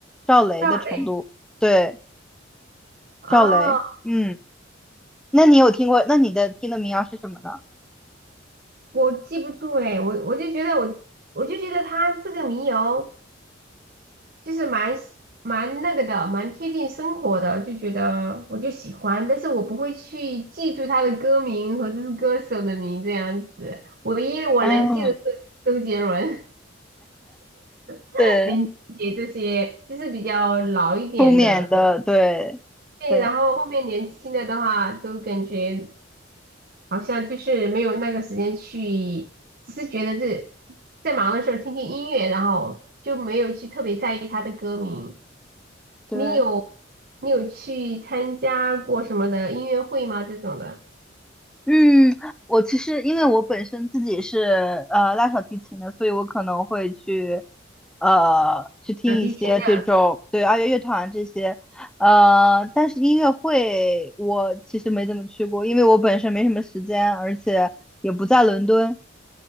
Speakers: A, in the centre; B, on the right (about 50°).
A: 赵雷的程度，
B: 赵雷
A: 对
B: 哦，
A: 赵雷，嗯，那你有听过？那你的听的民谣是什么呢？
B: 我记不住哎，我我就觉得我我就觉得他这个民谣就是蛮蛮那个的，蛮贴近生活的，就觉得我就喜欢，但是我不会去记住他的歌名和这是歌手的名这样子，唯一我能记得是周杰伦、
A: 嗯，
B: <laughs>
A: 对，
B: 林俊杰这些，就是比较老一点的。
A: 出缅的，对对
B: 对，然后后面年轻的的话，都感觉好像就是没有那个时间去，只是觉得这在忙的时候听听音乐，然后就没有去特别在意他的歌名。
A: 对。
B: 你有你有去参加过什么的音乐会吗？这种的
A: 嗯，我其实因为我本身自己是呃拉小提琴的，所以我可能会去呃去听一些这种对二月乐团啊这些，
B: 小提琴的？
A: 呃，但是音乐会我其实没怎么去过，因为我本身没什么时间，而且也不在伦敦，